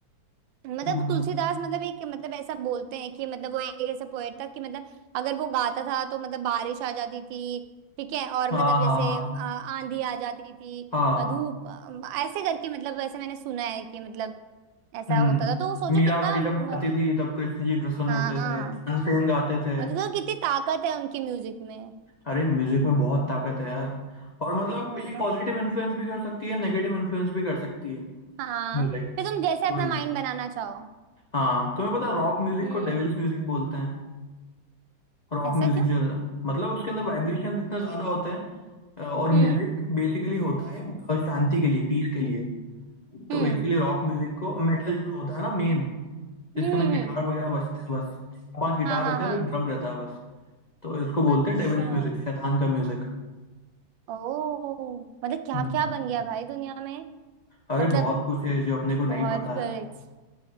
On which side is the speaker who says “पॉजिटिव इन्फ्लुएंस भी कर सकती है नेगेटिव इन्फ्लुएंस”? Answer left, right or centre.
Left